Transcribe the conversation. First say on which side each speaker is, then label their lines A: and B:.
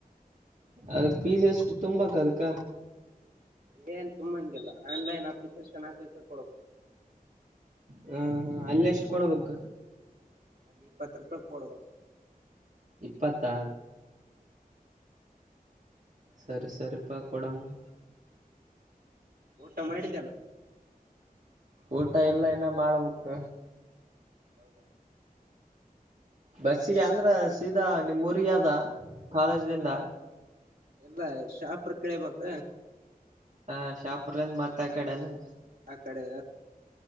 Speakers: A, on the right; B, on the right.
A: ಅದಕ್ ಫೀಸ್ ಎಷ್ಟು ತುಂಬಕ್ ಅದಕ್ಕ
B: ಏನ್ ತುಂಬ ಹಂಗಿಲ್ಲ ಆನ್ಲೈನ್ ಅಪ್ಲಿಕೇಶನ್ ಹಾಕಕ್ಕೆ ಕೊಡಬೇಕು
A: ಹ್ಮ ಹಾ ಅಲ್ಲ ಎಷ್ಟು ಕೊಡಬೇಕು
B: ಅಲ್ಲಿ ಇಪ್ಪತ್ತು ರೂಪಾಯ ಕೊಡ್ಬೇಕ
A: ಇಪ್ಪತ್ತಾ ಸರಿ ಸರಿ ಪಾ ಕೊಡಮ್ಮಾಮ
B: ಟ ಮಾಡಿದ್ದಲ್ಲ
A: ಊಟ ಎಲ್ಲ ಏನ ಮಾಡ್ಬೇಕಕ್
B: ಹೌದಾ
A: ಬಸ್ಸಿಗೆ ಅಂದ್ರ ಸೀದಾ ನಿಮ್ಮ್ ಊಯಾದ ಕಾಲೇಜ್ಲಿಂದ
B: ಹಾ ಎಲ್ಲ ಶಾಪ್ರ ಕಳಬೇಕ
A: ಹ ಶಾಪ್ರಂದ ಮತ್ತ ಆ ಕಡೆನಾ
B: ಅಕ್ಕಡೆ